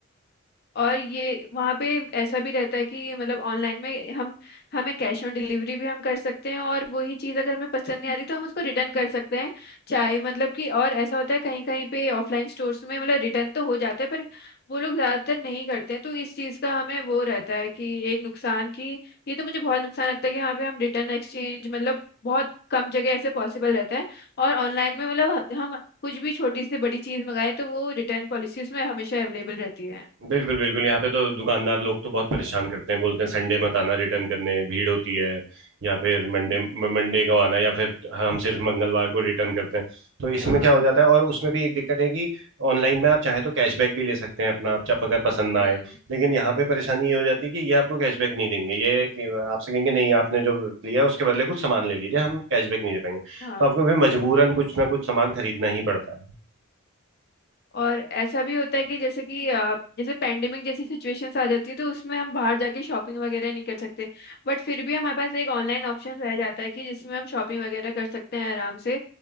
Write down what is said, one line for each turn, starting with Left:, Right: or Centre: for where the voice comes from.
Left: और ये वहाँ पे ऐसा भी रहता है कि मतलब ऑनलाइन में हम हमें कैश ऑन डिलीवरी भी हम कर सकते हैं और वही चीज़ अगर हमें पसंद नहीं आ रही तो हम उसको रिटर्न कर सकते हैं चाहे मतलब कि और ऐसा होता है कहीं कहीं पे ऑफलाइन स्टोर्स में मतलब रिटर्न तो हो जाता है पर वो लोग ज़्यादातर नहीं करते हैं तो इस चीज़ का हमें वो रहता है कि एक नुकसान की ये तो मुझे बहुत नुकसान लगता है कि यहाँ पे हम रिटर्न एक्सचेंज मतलब बहुत कम जगह ऐसे पॉसिबल रहता है और ऑनलाइन में मतलब हम कुछ भी छोटी से बड़ी चीज़ मंगाए तो वो रिटर्न पॉलिसी उसमें हमेशा अवेलेबल रहती
Right: बिल्कुल बिल्कुल यहाँ पे तो दुकानदार लोग तो बहुत परेशान करते हैं बोलते हैं संडे मत आना रिटर्न करने भीड़ होती है या फिर मंडे
Left: है
Right: मंडे को आना या फिर हम सिर्फ मंगलवार को रिटर्न करते हैं तो इसमें
Left: हाँ
Right: क्या हो जाता है और उसमें भी एक दिक्कत है कि ऑनलाइन में आप चाहे तो कैशबैक भी ले सकते हैं अपना आप अगर पसंद
Left: हम्म
Right: ना आए लेकिन यहाँ पे परेशानी ये हो जाती है कि ये आपको कैशबैक नहीं देंगे ये कि आपसे कहेंगे नहीं आपने जो लिया उसके बदले कुछ सामान ले लीजिए हम कैशबैक नहीं दे पाएंगे
Left: हाँ
Right: तो आपको फिर मजबूरन कुछ ना कुछ सामान खरीदना ही पड़ता है
Left: और ऐसा भी होता है कि जैसे कि अ, जैसे पेंडेमिक जैसी सिचुएशंस आ जाती है तो उसमें हम बाहर जाके शॉपिंग वगैरह नहीं कर सकते बट फिर भी हमारे पास एक ऑनलाइन ऑप्शन रह जाता है कि जिसमें हम शॉपिंग वगैरह कर सकते हैं आराम से